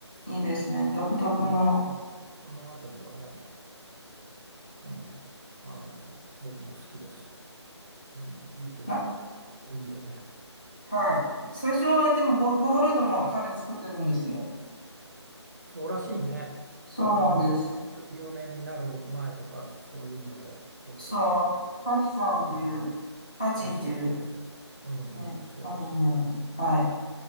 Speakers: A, on the left; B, on the right.
A: いいですね。
B: うん
A: 独特の、
B: その、その、そのあたりはね、うん、あの、僕も好きです。うん、いい曲が多いよね。
A: な、はい。最初はでもボ、ボーカロイドも彼作ってるんですよ。
B: そうらしいね。
A: そうなんです。
B: あの、ゆ有名になる前とか、そういうので、結構で、
A: そう、ハチさんっていう、
B: で、
A: ハチっていう、
B: ああ、そうそうそう。うんうん、
A: ね、
B: そうらしいね。
A: ハンドルネームで、はい。